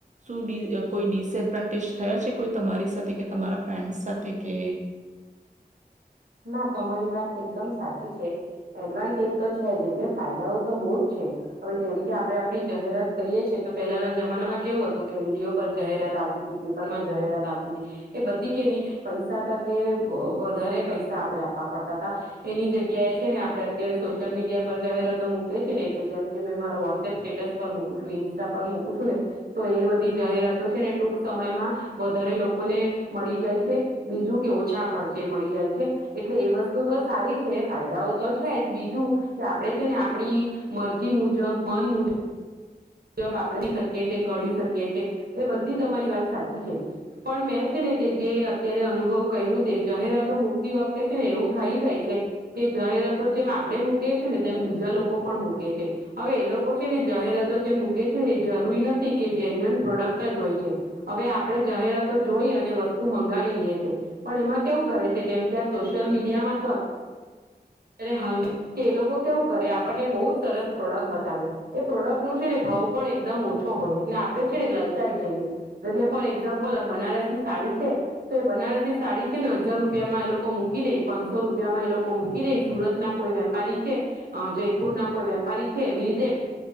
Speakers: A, on the right; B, on the right.
A: શું ડિ કોઈ ડિસએડવાન્ટેજ થયા છે કોઈ તમારી સાથે કે તમારા ફ્રેન્ડ્સ સાથે કે
B: ના તમારી વાત એકદમ સાચી છે. એડવાન્ટેજ તો છે જ એટલે ફાયદાઓ તો બહુજ છે. હવે જેમ કે આપણે આપડી જાહેરાત કરીએ છીએ તો પહેલાના જમાનામાં કેવું હતું કે રેડિયો પર જાહેરાત આવતી તી, પેપરમાં જાહેરાત આવતી તી એ બધી કેવી પૈસા તા કે વધારે વ પૈસા આપડે આપવા પડતા તા એની જગ્યાએ છે ને આપણે અત્યારે સોશિયલ મીડિયા પર જાહેરાતો મૂકીએ છે ને એટલે જેમ કે મેં મારો વોટ્સપ સ્ટેટસ પર મૂકું છું ઇન્સ્ટા પર મૂકું છું ને તો એ બધી જાહેરાતો છે ને ટૂંક સમયમાં વધારે લોકોને મળી જાય છે બીજું કે ઓછા ખર્ચે મળી જાય છે એટલે એ વસ્તુ તો સારી છે ફાયદાઓ તો છે જ બીજું કે આપણે છે ને આપણી મરજી મુજબ મન મુજબજ આપડી શકીએ છે કરી શકીએ. એ બધી તમારી વાત સાચી છે. પણ મેં છે ને તે જે અત્યારે અનુભવ કર્યું તે જાહેરાતો મુૂકતી વખતે છે ને એવું થઈ જાય છે કે જાહેરાતો જેમ આપણે મૂકે છે ને તેમ બીજા લોકો પણ મૂકે છે. હવે એ લોકો છે ને જાહેરાતો જેમ મૂકે છે ને એ જરૂરી નથી કે જેન્યુન પ્રોડક્ટ જ હોય છે. હવે આપણે જાહેરાતો જોઈ અને વસ્તુ મંગાવી લિયે છે. પણ એમાં કેવું કરે છે જેમ કે આ સોશિયલ મીડિયામાં તો તારે હાલ કે એ લોકો કેવું કરે આપણને બહુજ સરસ પ્રોડક્ટ બતાવે. એ પ્રોડક્ટ નું છે ને ભાવ પણ એકદમ ઓછો હોય એટલે આપડણે છે ને લલચાઈ જઈએ. એટલે ફોર એક્ઝામ્પલ બનારસી સાડી છે તો એ બનારસી સાડી છે ને હજાર રૂપિયામાં એ લોકો મૂકી દે પાંચસો રૂપિયામાં એ લોકો મૂકી દે સુરત ના કોઈ વેપારી છે અહ જયપુર ના કોઈ વેપારી છે એવી રીતે